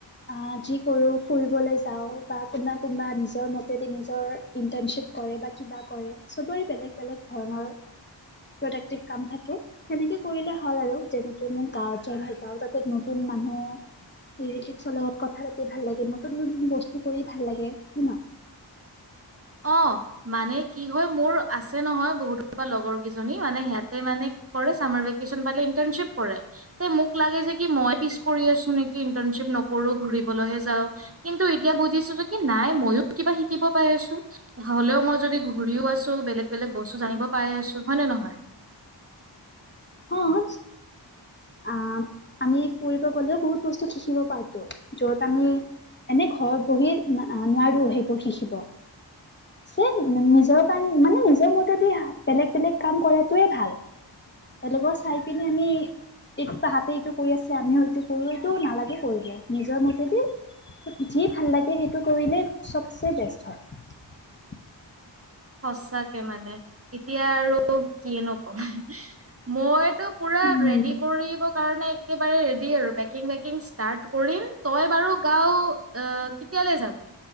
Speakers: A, on the left; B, on the right.
A: আ যি কৰো ফুৰিবলৈ যাও বা কোনোবা, কোনোবা নিজৰ মতেদি নিজৰ ইন্টাৰ্নশ্বিপ কৰে বা কিবা কৰে চবৰে বেলেগ বেলেগ ধৰণৰ প্ৰডাক্টিভ কাম থাকে। সেনেকে কৰিলে হ'ল আৰু যেনে নেকে মোৰ গাঁৱত যাই ভাল পাওঁ, তাতে নতুন মানুহ, ৰিলেটিভছৰ লগত কথা পাতি ভাল লাগে। নতুন নতুন বস্তু কৰি ভাল লাগে, হয় ন।
B: অ', মানে কি হয় মোৰ আছে নহয় বহুত লগৰ কেইজনী, মানে সিহাতে মানে কৰে চামাৰ ভেকেশ্যন পালে ইণ্টাৰ্নশ্বিপ কৰে, মোক লাগে যে কি মই পিছ পৰি আছো নেকি ইণ্টাৰ্নশ্বিপ নকৰো ঘুৰিবলৈহে যাওঁ। কিন্তু এতিয়া বুজিছো কি নাই মইও কিবা শিকিব পাই আছো। হ'লেও মই যদি ঘূৰিও আছো, বেলেগ বেলেগ বস্তু জানিব পাই আছো হয়নে নহয়?
A: অ', আ আমি ফুৰিব গলেও বহুত বস্তু শিকিব পাৰতো, য'ত আমি এনে ঘৰত বহি নো-ৱা-নোৱাৰো সেইবোৰ শিকিব। চেম নিজৰ কাৰ মানে নিজৰ মতে দি হাম বেলেগ, বেলেগ কাম কৰাটোৱে ভাল। বেলেগৰ চাই পিনে আমি এইটো তাহাতে এইটো কৰি আছে আমিও এইটো কৰো, এইটো নালাগে কৰিব, নিজৰ মতেদি যি ভাল লাগে সেইটো কৰিলে চবছে বেষ্ট হয়।
B: সচাকে মানে, এতিয়া আৰু কি নকম মই। পুৰা
A: উম
B: ৰেডি কৰিব কাৰণে একেবাৰে ৰেডি আৰু পেকিং ৱেকিং ষ্টাৰ্ট কৰিম, তই বাৰু গাওঁ আ কেতিয়ালৈ যাবি?